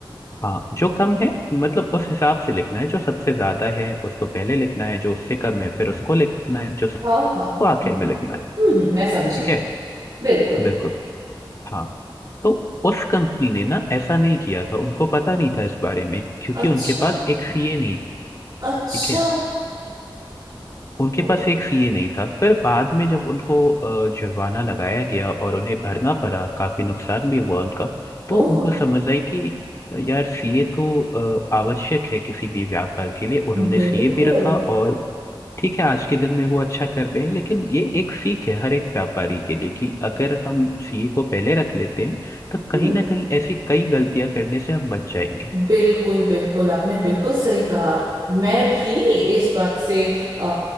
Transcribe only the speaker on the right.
हाँ हाँ
हम्म
हम्म, मैं समझी
बिल्कुल
अच्छा
अच्छा
ओ
ओ
बिल्कुल
हम्म
बिल्कुल बिल्कुल आपने बिल्कुल सही कहा मैं भी इस बात से आ,